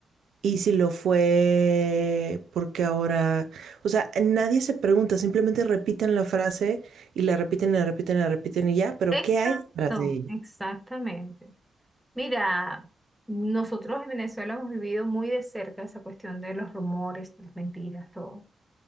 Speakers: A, on the right; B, in the centre.
A: Y si lo fue, porque ahora, o sea, nadie se pregunta, simplemente repiten la frase y la repiten la repiten la repiten y ya, pero
B: Exacto,
A: ¿qué hay detrás de ella?
B: exactamente. Mira, nosotros en Venezuela hemos vivido muy de cerca esa cuestión de los rumores, las mentiras, todo.